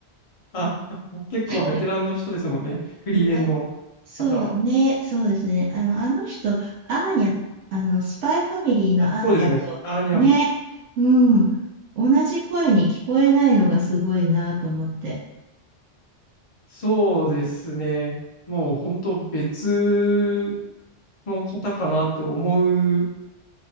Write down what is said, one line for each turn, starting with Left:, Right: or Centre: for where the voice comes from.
Left: あ、<laughs> 結構ベテランの人ですもんね。
Right: <laughs>
Left: フリーレンの方は。
Right: ね。そうね。そうですね。あの、あの人、アーニャ、あの、スパイファミリーのアーニャと、
Left: あ、そうですね。アーニャ、
Right: ね。うん。同じ声に聞こえないのがすごいなと思って。
Left: そうですね。もう本当別の方かなって思う